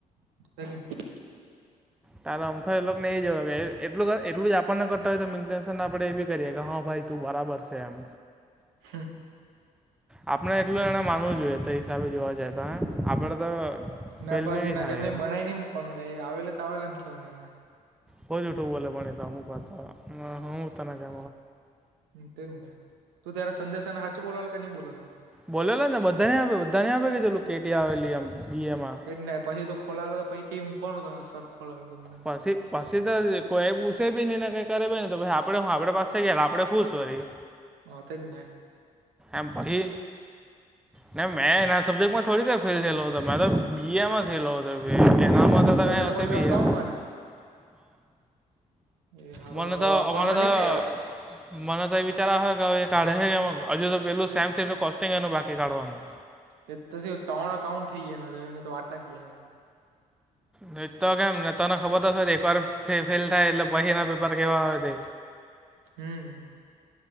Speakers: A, on the right (about 85°); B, in the centre.
A: <unintelligible>
B: તાર આમ થ એ ને એ જવા એટલ એટલ જ આપણને કરતા હોય તો મેન્ટન આપણે એી કરીએ કે હા ભાઈ તું બરાબર છે, એમ
A: હા
B: આપણે એટલું એને માનવું જોઈએ, તો હિસાબે જોવા જાય તો હ આપડે તો
A: ના
B: ફેલ
A: ભાજી
B: બી નહીં
A: ના
B: થાય
A: એમને બનાઈ નઈ મુૂકવાનું રે આવેલો તો આવે એમ કેવાને એને
B: ભહજ ઉઠું બોલે ભણે તો હું કતો હું તને કે
A: તે જ ન તું ત્યારે સંજય સેના હાચ બોલાવ કે નઈ બોલો
B: બોલેલો ને બધાને આપે બધા ને આપે કે ચલું કેટી આવેલી એમ બી એ માં
A: તેજ ને પછી તો ખોલાલો પહી કે કોણ હો સર તમે ખોલાયો,
B: પછી પછી તો કોઈ પૂછે ભી નઈ ને કઈ કરે બી નહી તો પ આપડે હું આપડે પાસ થઈ ગયેલા આપણે ખુશ વરી
A: હ તેને
B: એમ પહી ના મેં એના સબ્જેક્ટમાં થોડીક ફેલ થયેલો હતો મે તો બી એ માં થયેલો હતો. એનામાં તો કઈ
A: ભાજેદા
B: આવતી
A: બંને
B: બી
A: અકાઉન્ટમાં
B: હ.
A: ને એ હારો
B: મને
A: હવે
B: તો
A: અકાઉન્ટમાં
B: મન તો
A: નઈ
B: હ.
A: થાય હવે
B: મને તો એ વિચાર આવહે કે હવે એ કાઢે હે એવો હજુ તો પેલું સેમ <unintelligible> કોસ્ટિંગ એનું બાકી કાઢવાનું.
A: કાઉન્ટ ઠઈ એના <unintelligible> તો વાટ લાગ ગયા હવે
B: નીટ તો કેમ તને ખબર તો છ જ એકવાર ફેલ થાય એટલે પહીના પેપર કેવા આવે તે
A: હમ